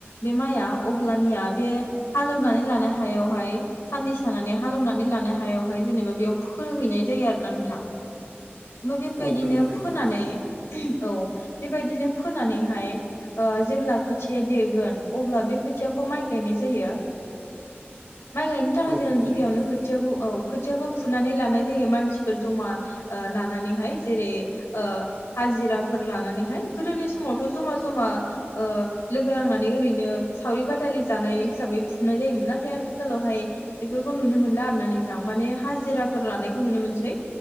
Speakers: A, on the left; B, on the right.
A: बे माइआ अब्लानिया बे हालेवनानै ला <unintelligible> हायावहाय साननैस थानानै हालेवनानै लानो हायावहाय जेनेबा बेयाव फुखोहैनाय जायो आरोना नोंथां। ओमफाय बेबायदिनो
B: औ नंगौ दे
A: फोनानै
B: नंगौ
A: औ। बेबायदिनो फोनानैहाय ओ जेब्ला खोथिया देरगोन अब्ला बे खोथियाखौ माइ गायनाय जायो। माइ गायनो थाखाय
B: औ
A: जोङो
B: नंगौ
A: गिबियावनो
B: दे नोंथां।
A: खोथियाखौ औ। खोथियाखौ फुनानै लानाय जायो मानसिफोर जमा ओ लानानैहाय जेरै ओ हाजिराफोर लानानैहाय गोदोनि समावथ जमा जमा ओ लोगो नांनानै ओरैनो सावरि बादालि जानाय हिसाबै फुनाय जायो नाथाय आथिखालावहाय बेफोरखौ नुनो मोनला आरो ना नोंथां माने हाजिराफोर लानायखौ नुनो मोनसै।